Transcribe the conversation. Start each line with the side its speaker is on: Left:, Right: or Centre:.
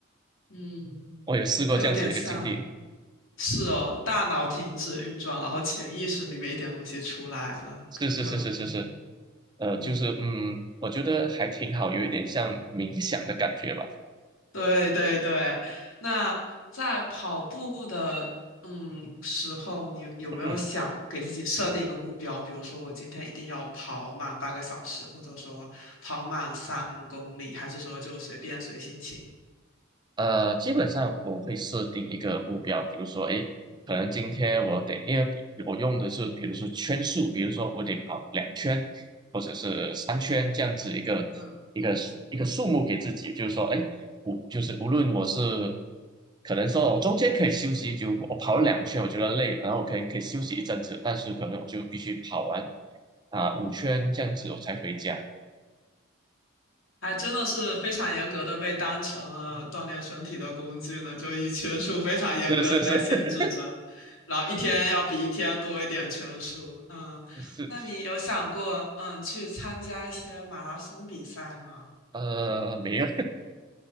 Left: 嗯，
Right: 我有试过这样子的一个经历，
Left: 更有点像。是哦，大脑停止运转，然后潜意识里面一点东西出来了，
Right: 是是是是是是，
Left: 可能跟嗯
Right: 呃，
Left: 嗯，
Right: 就是嗯，我觉得还挺好，有一点像冥想的感觉吧。
Left: 对对对。那在跑步的嗯时候，你有没有想给自己设定一个目标？
Right: <laughs>
Left: 比如说，我今天一定要跑满半个小时，或者说跑满三公里，还是说就随便随心情？
Right: 呃，基本上我会设定一个目标，比如说，诶，可能今天我得，因为比我用的是，比如说圈数，比如说我得跑两圈，或者是三圈这样子一个一个一个数目给自己，
Left: 嗯。
Right: 就是说，诶，无就是无论我是可能说我中间可以休息，就我跑了两圈，我觉得累，然后我可以可以休息一阵子，但是可能我就必须跑完啊、五圈这样子我才回家，
Left: 还真的是非常严格的被当成了锻炼身体的工具呢，就以拳术非常严格的在限制着，
Right: 是是是
Left: 然后一天要比一天多一点拳术。嗯，
Right: <laughs> 是，
Left: 那你有想过嗯去参加一些马拉松比赛吗？
Right: 呃，没有。